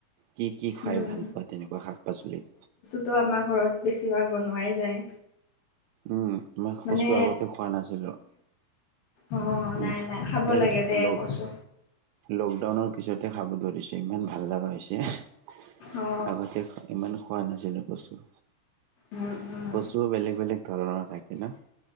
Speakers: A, on the right; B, on the left.
A: কি কি খাই
B: উম
A: ভাল পোৱা তেনেকুৱা শাক পাচলিত?
B: তো আমাৰ ঘৰত বেছিভাগ বনোৱাই যায়।
A: উম মই কচু
B: মানে
A: আগতে খোৱা নাছিলো।
B: অ
A: উম,
B: নাই নাই খাব
A: এই
B: লাগে দে
A: লগ
B: কচু
A: লকডাউনৰ পিছতে খাব ধৰিছো ইমান ভাল লগা হৈছে
B: অ
A: আগতে ইমান খোৱা নাছিলোঁ কচু
B: উম উম
A: কচুও বেলেগ বেলেগ ধৰণৰ থাকে ন